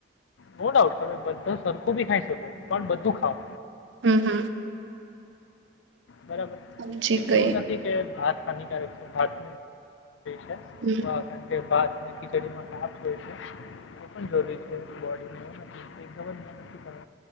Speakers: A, on the left; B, on the right.
A: નો ડાઉટ તમે બધ સરખું બી ખાઈ શકો પણ બધું ખાવ.
B: હમ હમ.
A: બરાબર એટલે
B: સમજી ગઈ
A: એવું નથી કે ભાત ખાની્ય ભાત ભાત છે
B: હમ
A: કારણ કે બાદ ખીચડીમાં કાફ હોય છે એ પણ જરૂરી છે બડી એક જ મન કર